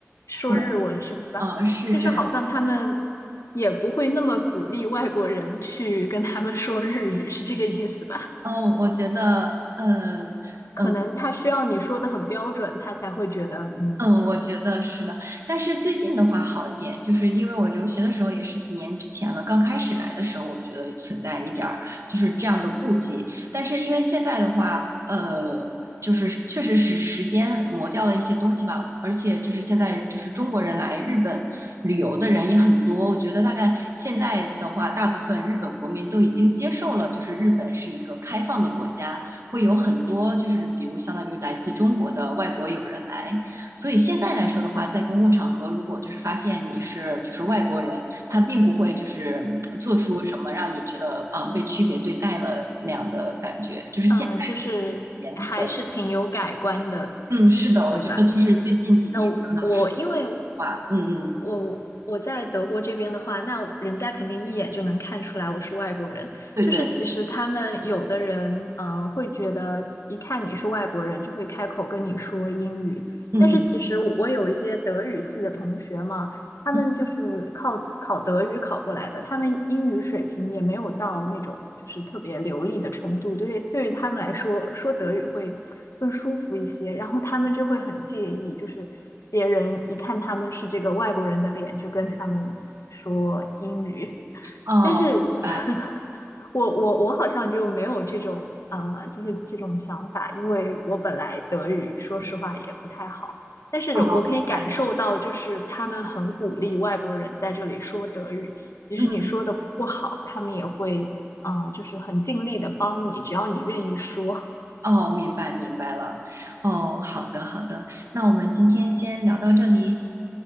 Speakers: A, on the left (about 80°); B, on the right (about 75°).
A: 说日文是吧？
B: 对，嗯，是这样。
A: 就是好像他们也不会那么鼓励外国人去跟他们说日语，是这个意思吧？
B: 嗯，我觉得，嗯嗯、
A: 可能他需要你说的很标准，
B: 呃
A: 他才会觉得嗯
B: 嗯，我觉得是的，但是最近的话好一点，就是因为我留学的时候也是几年之前了，刚开始来的时候，我觉得存在一点儿就是这样的顾忌，但是因为现在的话，呃，就是确实是时间磨掉了一些东西吧，而且就是现在就是中国人来日本旅游的人也很多，我觉得大概现在的话，大部分日本国民都已经接受了，就是日本是一个开放的国家，会有很多就是比如相当于来自中国的外国友人来。所以现在来说的话，在公共场合，如果就是发现你是就是外国人，他并不会就是做出什么让你觉得啊、
A: 嗯
B: 呃被区别对待了那样的感觉，就是现在之间，
A: 嗯，呃就是还是挺有改观的，
B: 对，嗯，是的，我觉得就是最近几年可能是
A: 对吧？呃，我我因为
B: 话，嗯嗯，
A: 我我在德国这边的话，那我人家肯定一眼就能看出来我是外国人。
B: 对对，
A: 就是其实他们有的人，呃，会觉得一看你是外国人，就会开口跟你说英语。
B: 嗯嗯
A: 但是其实我有一些德语系的同学嘛，他们就是靠考德语考过来的，
B: 嗯，
A: 他们英语水平也没有到那种就是特别流利的程度，对对于他们来说，说德语会更舒服一些，然后他们就会很介意，就是别人一看他们是这个外国人的脸，就跟他们说英语，
B: 哦，
A: 但是
B: 明白，
A: <laughs> 我我我好像就没有这种啊、呃就是这种想法，因为我本来德语说实话也不太好。但是我可以感受到，
B: 哦，明白，
A: 就是他们很鼓励外国人在这里说德语，即使你说的不好，
B: 嗯，
A: 他们也会啊、呃就是很尽力的帮你，只要你愿意说。
B: 哦，明白明白了，哦，好的好的，那我们今天先聊到这里，